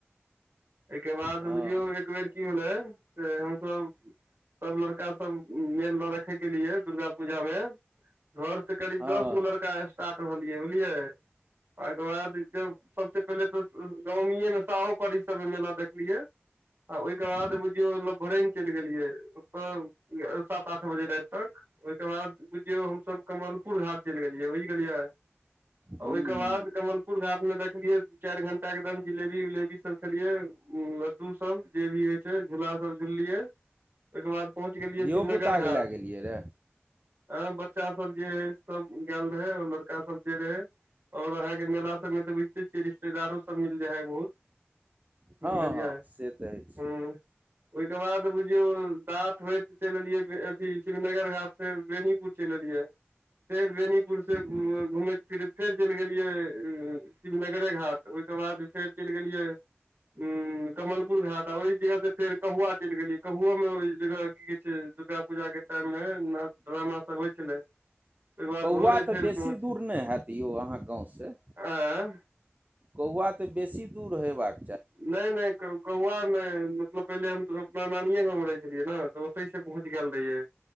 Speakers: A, on the right (about 55°); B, on the right (about 35°).
A: एहिके बाद
B: हँ
A: बुझियौ एक बेेर की भेलै से हमसब सब लड़का सब मेल न रखेके लिए दुर्गा पूजामे घर से करीब
B: हँ
A: दस गो लड़का स्टार्ट भेलियै बुझलियै एहिके बाद ज सबसे पहिले तऽ नवमी ये बरी समय मे मेला देखलियै त ओहि के बाद
B: ह
A: चलि गेलियै ओ सात आठ बजे रात तक ओहिके बाद बुझियौ हमसब कमल पुल घाट चलि गेलियै बुझि गेलियै
B: ह
A: ओहिके बाद कमलपुर घाट मे देखलियै दू चार घंटादम जिलेबी उलेबी सब खेलिये उ लड्डू सब जे भी होय छै झूला सब झूलिये ओहिके बाद पहुँच गेलियै
B: धियोपुताके
A: शिवनगर घाट
B: लए गेलियै रे
A: अ बच्चा सब जे हे सब ग रहे और लड़का सब जे रहे ओर अहाँके मेला सभमे तऽ बुझिते छियै रिश्तेदारोसब मिल जाइ है बहुत
B: हाँ
A: बुझि गेलियै
B: हाँ से तऽ अइछ
A: हूँ ओहिके बाद बुझियो दत होइत चलि एलए अथ श्रवनगर हाट से बेनीपुर चलि एलियै के फेर बेनीपुर से
B: हँ
A: घुमैत फिरैत फेर चलि गेलियै शिवनगरे घाट ओके बाद फेर चल गेलियै उ कमलपुर घाट आ ओहि जगह से फेर कौआ चलि गेलियै कौओ मे ओहि जगह की कहै छै दुर्गा पूजा के टाइम मे ना ड्रामा सब होइ छलै ओहिके बाद
B: कौआ
A: भोरे
B: तऽ
A: फेर
B: बेसी
A: पहुँच
B: दूर नहि हैत यौ अहाँके गाँवसे
A: आँ
B: कौआ तऽ बेसी दूर हयबाक
A: नहि नहि कौआ मतलब पहिले हम अपना नानीए गाँवमे रहै छलियै ने तऽ ओतहि से पहुँच गेल रहियै